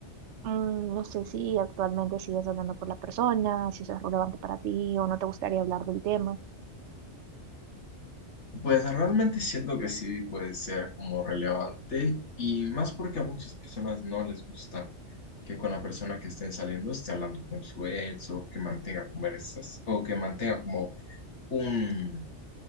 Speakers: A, on the right (about 75°); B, on the left (about 75°).
A: Mm, No sé si actualmente sigues andando con la persona, si eso es relevante para ti o no te gustaría hablar del tema.
B: Pues realmente siento que sí puede ser como relevante y más porque a muchas personas no les gusta que con la persona que estén saliendo esté hablando con su ex o que mantenga conversas o que mantenga como un